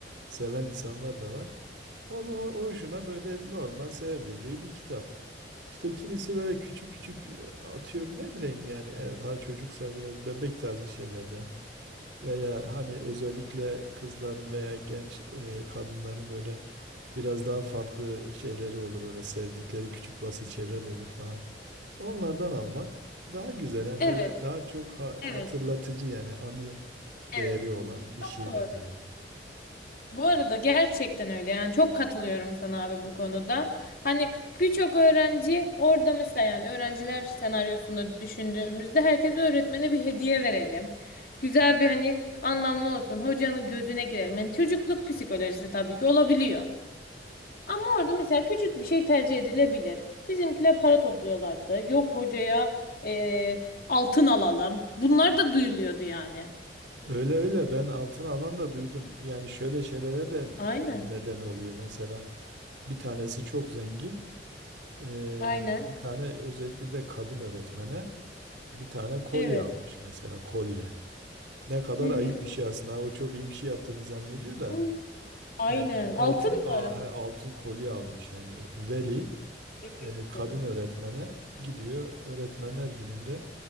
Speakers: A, on the right; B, on the left.
A: seven insanlar da var. Onu o hoşuna böyle normal sevebileceği bir kitap. İşte kimisi böyle küçük küçük e, atıyorum ne bileyim yani eğer daha çocuksa biraz bebek tarzı şeylerden. Veya hani özellikle kızların veya genç e, kadınların böyle biraz daha farklı şeyleri olur böyle sevdikleri küçük basit şeyler olur falan. Onlardan almak daha güzel yani
B: Evet.
A: böyle daha çok ha-
B: Evet.
A: hatırlatıcı yani anı
B: Evet.
A: değeri olan bir şey
B: Çok doğru.
A: bence. yani.
B: Bu arada gerçekten öyle. Yani çok katılıyorum sana abi bu konuda. Hani birçok öğrenci orada mesela yani öğrenciler senaryosunda düşündüğümüzde herkes öğretmene bir hediye verelim. Güzel bir hani anlamlı olsun. Hocanın gözüne girelim. Yani çocukluk psikolojisi tabii ki olabiliyor. Ama orada mesela küçük bir şey tercih edilebilir. Bizimkiler para topluyorlardı. Yok hocaya eee, altın alalım. Bunlar da duyuluyordu yani.
A: Öyle öyle ben altın alan da duydum. Yani şöyle şeylere de
B: Aynen.
A: neden oluyor. Mesela bir tanesi çok zengin. e,
B: Aynen.
A: bir tane özellikle bir de kadın öğretmene bir tane kolye
B: Evet.
A: almış mesela kolye. Ne kadar
B: Hı hı.
A: ayıp bir şey aslında. O çok iyi bir şey yaptığını zannediyor da.
B: Hı. Aynen.
A: Yani
B: Altın
A: altın al-
B: mı?
A: he, altın kolye almış yani veli
B: Ne diyorsun?
A: e, kadın öğretmene gidiyor öğretmenler gününde